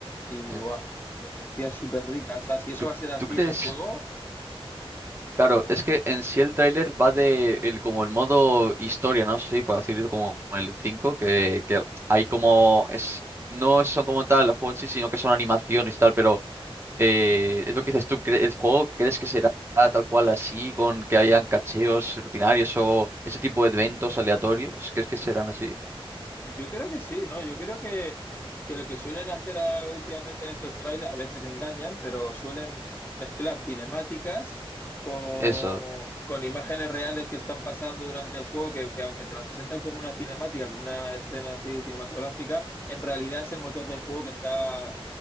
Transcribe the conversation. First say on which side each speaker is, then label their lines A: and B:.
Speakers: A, on the left (about 20°); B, on the right (about 25°).
A: y
B: Eh,
A: guau, me parecía súper rica. O sea, si eso
B: ¿Tú,
A: va a ser así
B: tú crees?
A: en el juego,
B: Claro, es que en sí el tráiler va de el, como el modo historia, ¿no? Sí, para decirlo como el cinco que, que hay como... es No son como tal el juego en sí, sino que son animaciones y tal, pero... eh, es lo que dices tú, cre- ¿el juego crees que será tal cual así, con que hayan cacheos rutinarios o ese tipo de eventos aleatorios? ¿Crees que serán así?
A: Yo creo que sí, ¿no? Yo creo que, que lo que suelen hacer ah, últimamente en estos trailers, a veces engañan, pero suelen mezclar cinemáticas con,
B: Eso.
A: con imágenes reales que están pasando durante el juego, que, que aunque te las presentan como una cinemática, como una escena así cinematográfica, en realidad es el motor del juego que está,